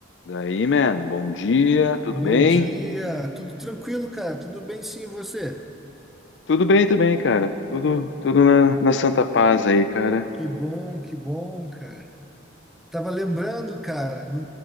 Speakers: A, on the left; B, in the centre.
A: Daí, man, bom dia, tudo
B: Bom
A: bem?
B: dia, tudo tranquilo, cara? Tudo bem sim, e você?
A: Tudo bem também, cara. Tudo, tudo na, na santa paz aí, cara.
B: Que bom, que bom, cara. Tava lembrando, cara, do...